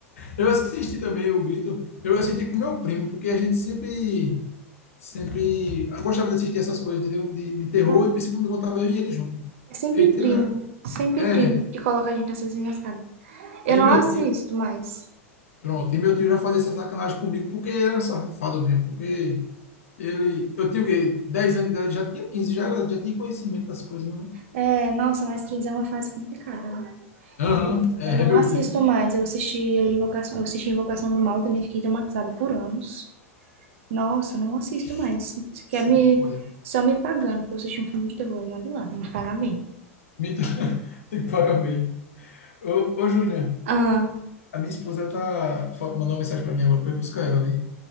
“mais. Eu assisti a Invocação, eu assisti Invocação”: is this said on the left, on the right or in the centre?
Right